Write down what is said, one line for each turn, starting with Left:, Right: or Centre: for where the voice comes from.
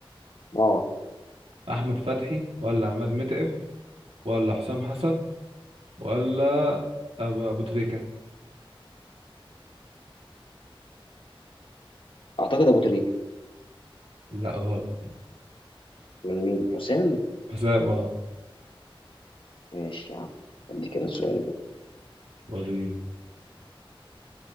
Left: اه
Right: احمد فتحي ولا عماد متعب ولا حسام حسن ولا أبو, أبو تريكة
Left: أعتقد أبو تريكة
Right: لا غلط
Left: من مين حسام
Right: حسام اه
Left: ماشي يا عم ادي كده سؤال بقى
Right: وريني